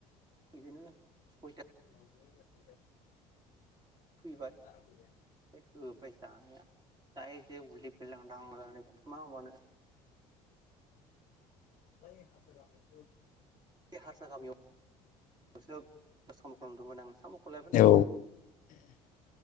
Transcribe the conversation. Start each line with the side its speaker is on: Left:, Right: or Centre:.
Right: बिदिनो सयथा
Left: <inaudible>
Right: फैबाय
Left: <inaudible>
Right: दोखो होबाय जानाया दायरेक उदै बेलदां दां नो मा मावबावनो
Left: बै हारसा गामिफ्रावबो
Right: बे हारसा गामियावसो साम'खौ नुदोंमोन आं साम'खौलायनो
Left: औ